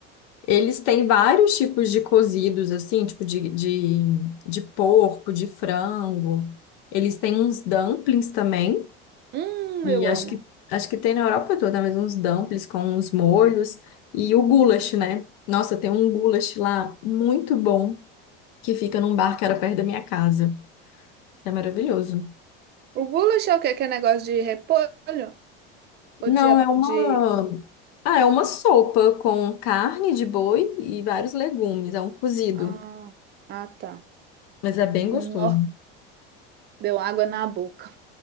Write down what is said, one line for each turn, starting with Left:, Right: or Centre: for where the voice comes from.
Left: Eles têm vários tipos de cozidos, assim, tipo de, de, de porco, de frango. Eles têm uns dumplings também.
Right: Hum,
Left: E
Right: eu
Left: acho
Right: amo.
Left: que, acho que tem na Europa toda, mas uns dumplings com uns molhos e o goulash, né? Nossa, tem um goulash lá muito bom que fica num bar que era perto da minha casa, que é maravilhoso.
Right: O goulash é o quê? Que é negócio de repolho? Ou
Left: Não,
Right: de... ab-
Left: é uma.
Right: de...
Left: Ah, é uma sopa com carne de boi e vários legumes, é um cozido,
Right: Ah, ah, tá.
Left: mas é bem gostoso.
Right: Nó, deu água na boca.